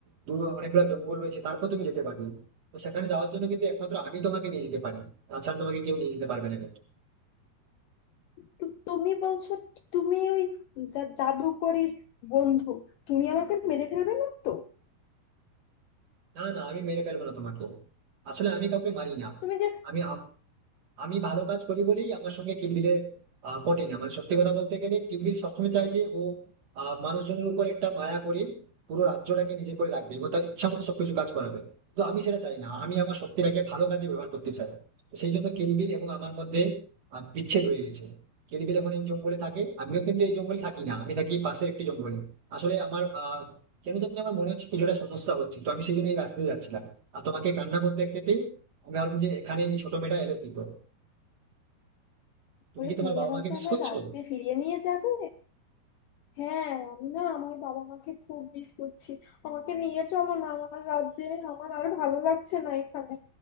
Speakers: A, on the right; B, on the left.
A: দূর অনেকগুলো জঙ্গল রয়েছে তারপর তুমি যেতে পারবে তো সেখানে যাওয়ার জন্য কিন্তু একমাত্র আমি তোমাকে নিয়ে যেতে পারি তাছাড়া তোমাকে কেউ নিয়ে যেতে পারবে না কিন্তু।
B: তো তুমি বলছো তুমি ওই যা- জাদুকরীর বন্ধু তুমি আমাকে মেরে ফেলবে না তো
A: না না আমি মেরে ফেলবো না তোমাকে আসলে আমি কাউকে মারি না
B: তুমি যে
A: আমি আমার আমি ভালো কাজ করি বলেই আমার সঙ্গে কিলবিলের আহ, পটে না মানে সত্যি কথা বলতে গেলে কিলবিল সবসময় চায় যে ও আহ, মানুষজনের উপর একটা মায়া করে পুরো রাজ্যটাকে নিজের করে রাখবে এবং তার ইচ্ছা মতো সবকিছু কাজ করাবে কিন্তু আমি সেটা চাই না আমি আমার শক্তিটাকে ভালো কাজে ব্যবহার করতে চাই তো সেই জন্য কিলবিল এবং আমার মধ্যে আহ, বিচ্ছেদ হয়ে গেছে কিলবিল এখন এই জঙ্গলে থাকে আমিও কিন্তু এই জঙ্গলে থাকি না আমি থাকি পাশের একটি জঙ্গলে আসলে আমার আহ কেন জানি না আমার মনে হচ্ছে কিছুটা সমস্যা হচ্ছে তো আমি সেই জন্য এই রাস্তাতে যাচ্ছিলাম আর তোমাকে কান্না করতে দেখতে পেয়ে আমি ভাবলাম যে এখানে এই ছোট মেয়েটা এলো কি করে তুমি
B: বলে
A: কি তোমার
B: তুমি
A: বাবা
B: আমাকে
A: মাকে মিস
B: আমার
A: করছো
B: রাজ্যে ফিরিয়ে নিয়ে যাবে হ্যাঁ আমি না আমার বাবা মাকে খুব মিস করছি আমাকে নিয়ে চলো না আমার রাজ্যে আমার আর ভালো লাগছে না এখানে